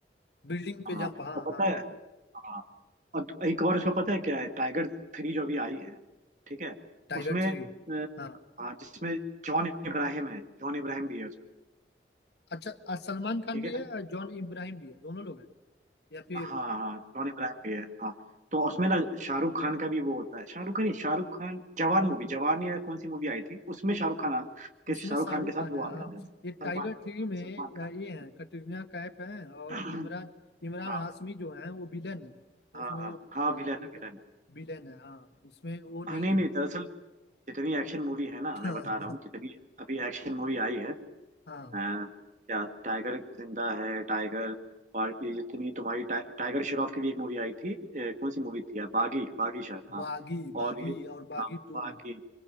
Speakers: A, on the left; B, on the right.
A: बिल्डिंग पे
B: हाँ
A: जंप हाँ
B: और पता
A: हाँ
B: है हाँ और एक और उसका पता है क्या है टाइगर थ्री जो अभी आई है ठीक है
A: Tiger
B: उसमें
A: three
B: अ,
A: हाँ
B: हाँ जिसमें जॉन इब्राहिम है जॉन इब्राहिम भी है उसमें
A: अच्छा अ, सलमान खान
B: ठीक
A: भी है और जॉन इब्राहिम भी है दोनों लोग हैं या फिर
B: हाँ हाँ टोनी इब्राहिम भी है हाँ तो उसमें ना शाहरुख खान का भी वो होता है शाहरुख खान नहीं शाहरुख खान जवान मूवी जवान या कौन सी मूवी आई थी उसमें शाहरुख खान आ- के
A: उसमें
B: शाहरुख
A: शाहरुख
B: खान के साथ
A: खान
B: वो
A: है
B: आता
A: हाँ
B: है सलमान
A: ये टाइगर थ्री में
B: सलमान
A: अ,
B: खान
A: ये है कटरीना कैफ है और
B: <clears throat>
A: इमरान इमरान
B: हाँ
A: हाशमी जो है वो विलन है
B: हाँ
A: उसमें
B: हाँ
A: वो
B: हाँ
A: हाँ
B: विलन
A: विलन
B: है, विलन है।
A: विलन है हाँ इसमें वो नहीं
B: हाँ नहीं नहीं
A: है
B: दरअसल जितनी एक्शन मूवी है ना
A: हाँ
B: मैं बता रहा हूँ जितनी अभी एक्शन मूवी आई है अ,
A: हाँ
B: क्या टाइगर जिंदा है टाइगर और ये जितनी तुम्हारी टा, टाइगर श्रॉफ की भी एक मूवी आई थी अ, कौन सी मूवी थी यार बागी बागी शायद हाँ
A: बागी बागी
B: और ये
A: और बागी
B: हाँ
A: टू
B: बागी